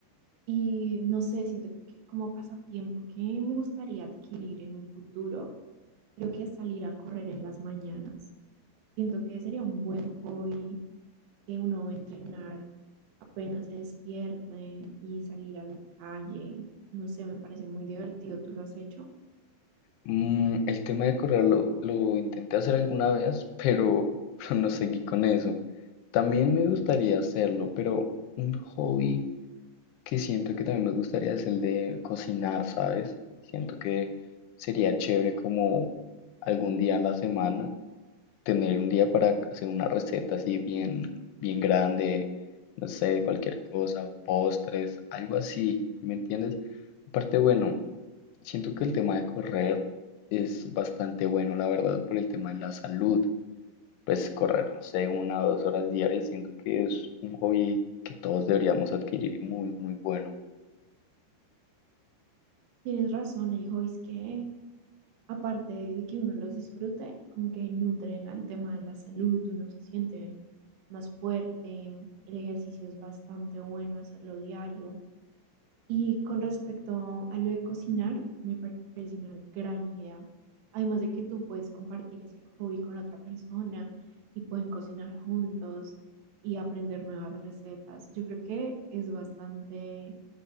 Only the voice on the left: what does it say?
Mm, el tema de correr lo, lo intenté hacer alguna vez, pero, <laughs> pero no seguí con eso. También me gustaría hacerlo, pero un hobby que siento que también me gustaría es el de cocinar, ¿sabes? Siento que sería chévere como algún día a la semana tener un día para hacer una receta así bien, bien grande, no sé, de cualquier cosa, postres, algo así, ¿me entiendes? Aparte, bueno. Siento que el tema de correr es bastante bueno, la verdad, por el tema de la salud. Pues correr, no sé, una o dos horas diarias, siento que es un hobby que todos deberíamos adquirir muy, muy bueno.